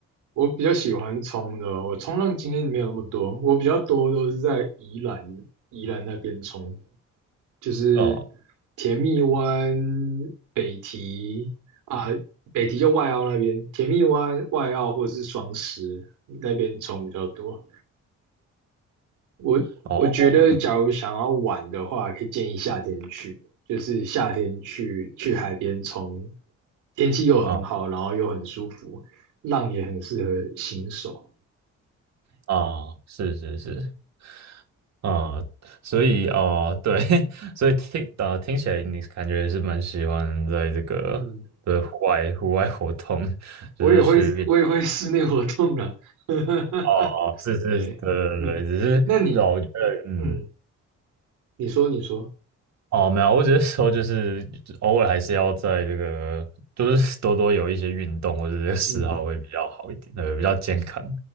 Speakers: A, on the right; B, on the right.
A: 我比较喜欢冲的哦，我冲浪经验没有那么多，我比较多都是在宜兰宜兰那边冲。就是
B: 哦
A: 甜蜜湾、北堤啊，北堤就外澳那边，甜蜜湾、外澳或者是双十那边虫比较多。我我觉得，
B: 哦哦
A: 假如想要玩的话，可以建议夏天去，就是夏天去去海边冲，
B: 嗯
A: 天气又很好，
B: 啊
A: 然后又很舒服，浪也很适合新手。
B: 啊，是是是啊，所以啊，对，<laughs> 所以听啊听起来你感觉是蛮喜欢在这个的户外户外活动，
A: 嗯，
B: <laughs> 就是去
A: 我也会我也会室内活动啦。<laughs>
B: 啊，哦是是，
A: 对，
B: 对对对，
A: <laughs>
B: 只是对啊我觉得嗯。
A: 那你嗯，你说你说，
B: 哦，没有，我只是说，就是偶尔还是要在这个，就是多多有一些运动或者这个嗜好会比较好一点，
A: 嗯，
B: 呃，比较健康。